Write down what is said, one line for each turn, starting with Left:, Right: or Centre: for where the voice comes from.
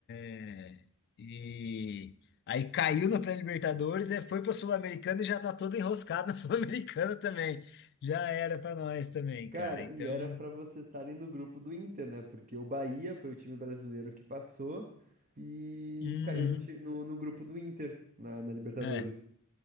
Left: É, E aí caiu na pré-Libertadores, é, foi pra Sul-Americana e já tá todo enroscado na <laughs> Sul-Americana também. Já era pra nós também,
Right: Cara,
Left: cara. Então,
Right: e era pra vocês estarem no grupo do Inter, né? Porque o Bahia foi o time brasileiro que passou e
Left: uhum,
Right: caiu no, ti- no, no grupo do Inter, na, na Libertadores.
Left: é.